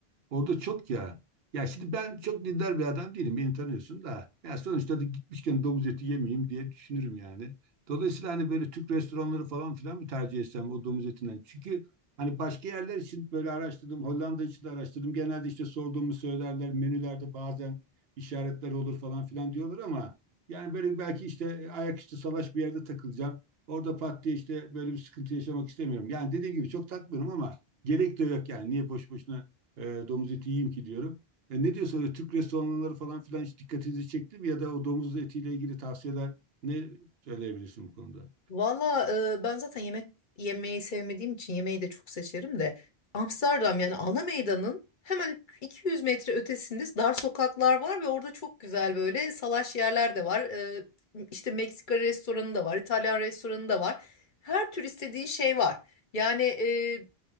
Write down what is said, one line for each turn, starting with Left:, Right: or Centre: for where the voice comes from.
Right: Orada çok ya. Ya şimdi ben çok dindar bir adam değilim. Beni tanıyorsun da. Ya sonuçta da gitmişken domuz eti yemeyeyim diye düşünürüm yani. Dolayısıyla hani böyle Türk restoranları falan filan mı tercih etsem o domuz etinden? Çünkü hani başka yerler için böyle araştırdım. Hollanda için de araştırdım. Genelde işte sorduğumu söylerler. Menülerde bazen işaretler olur falan filan diyorlar ama yani böyle belki işte ayaküstü salaş bir yerde takılacağım. Orada pat diye işte böyle bir sıkıntı yaşamak istemiyorum. Yani dediğim gibi çok takmıyorum ama gerek de yok yani. Niye boş boşuna e, domuz eti yiyeyim ki diyorum. E, ne diyorsun öyle Türk restoranları falan filan hiç dikkatinizi çekti mi? Ya da o domuz etiyle ilgili tavsiyeler ne söyleyebilirsin bu konuda?
Left: Valla e, ben zaten yemek yemeyi sevmediğim için yemeği de çok seçerim de Amsterdam yani ana meydanın hemen 200 metre ötesinde dar sokaklar var ve orada çok güzel böyle salaş yerler de var. E, işte Meksika restoranı da var, İtalyan restoranı da var. Her tür istediğin şey var. Yani e,